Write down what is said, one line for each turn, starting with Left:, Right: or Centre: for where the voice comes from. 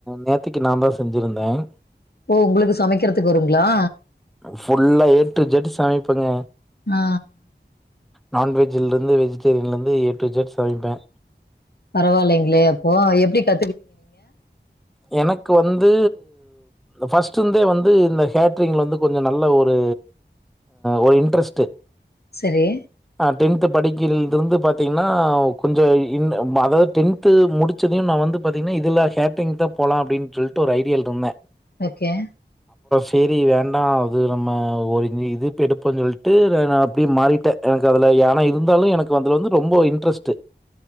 Centre: நேத்தைக்கு நான் தான் செஞ்சிருந்தேன்
Left: ஓ உங்களுக்கு சமைக்கிறதுக்கு வருங்களா
Centre: ஃபுல்லா ஏ டூ ஜட் சமைப்பங்க
Left: ஆ,
Centre: நான்வெஜ்லருந்து வெஜிடேரியன்லருந்து ஏ டூ ஜட் சமைப்ப
Left: பரவாயில்லைங்களே அப்போ எப்படி க
Centre: எனக்கு வந்து ஃபஸ்ட் வந்து இந்த கேட்ட்ரிங்ல வந்து கொஞ்சம் நல்ல ஒரு ஒரு இன்ட்ரெஸ்ட்
Left: சரி.
Centre: ஆஹ் டென்த் படிக்க இருந்துருந்து பாத்திங்கன்னா கொஞ்ச இன் அதாவது டெண்த் முடிச்சதையும் நான் வந்து இதுல கேட்டரிங் தா போலாம் அப்படின் சொல்லிட்டு ஒரு ஐடியால் இருந்தேன்
Left: ஓகே
Centre: சரி வேண்டாம் அது நம்ம ஒரு இதுப் எடுப்போம் சொல்லிட்டு நான் அப்படியே மாறிட்டேன் எனக்கு அதுல யானா இருந்தாலும் எனக்கு அதுல வந்து ரொம்ப இன்ட்ரஸ்ட்டு